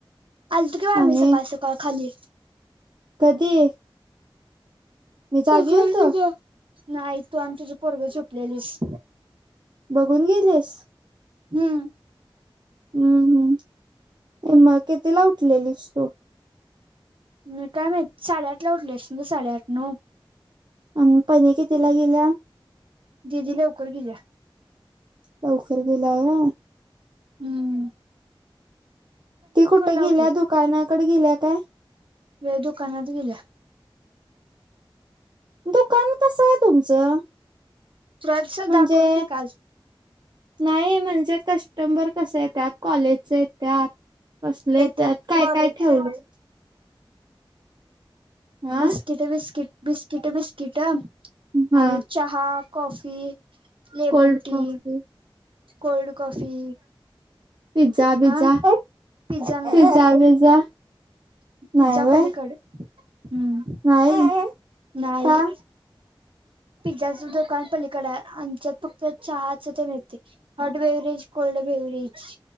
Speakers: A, on the right; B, on the right.
A: आलतू की व आमी,
B: आणि
A: सकाळ- सकाळ खाली.
B: कधी? मी जागी
A: सकाळ-
B: होतो
A: सकाळ. नाही तू आमच्या जी पोरगं झोपल्यालीस.
B: बघून गेलेस?
A: हम्म.
B: हम्म, हम्. ये मग कितीला उठलेलीस तू?
A: मी काय माहित. साडेआठला उठली अशी न गं. साडेआठ- नऊ.
B: अं पनी कितीला गेल्या?
A: दिदी लवकर गिलिया.
B: लवकर गिल्याय वय?
A: हम्.
B: ती कुठं
A: लावली
B: गील्या? दुकानाकड गिलिया काय?
A: व्हय, दुकानात गील्या.
B: दुकान कसंय तुमचं?
A: तुला तस
B: म्हणजे
A: दाखवलं की काल.
B: नाही म्हणजे, कस्टंबर कसं येत्यात? कॉलेजच येत्यात कसले
A: येथे
B: एत्यात? काय-
A: कॉलेजचे
B: काय ठेवलंय? हा
A: बिस्किटं- बिस्किट, बिस्किटं- बिस्किटं.
B: हा
A: आणि चहा, coffee, lemon
B: cold
A: tea
B: coffee
A: cold coffee
B: pizza बिज्जा
A: अ
B: हाय.
A: पिझ्झा नाही
B: पिज्झा- बिझ्झा.
A: पिझ्झा
B: नाही व्हय
A: पलीकडं. हम्म.
B: नाही
A: नाही.
B: का
A: पिझ्झाचं दुकान पलीकडय. आमच्यात फक्त चहाचं ते मिळतय. Hot beverage, cold beverage.